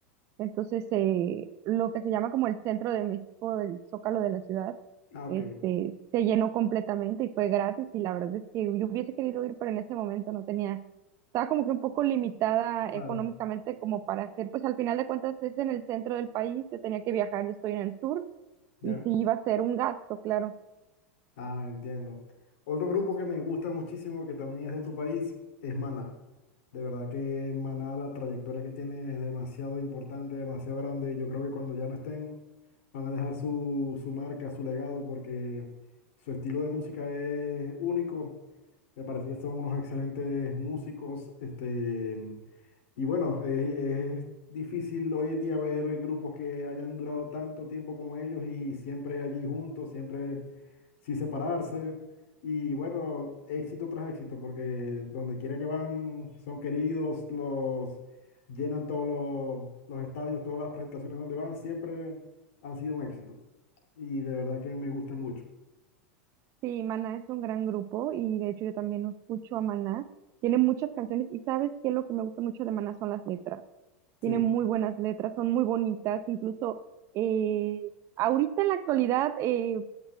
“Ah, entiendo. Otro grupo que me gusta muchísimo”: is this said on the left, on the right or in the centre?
Left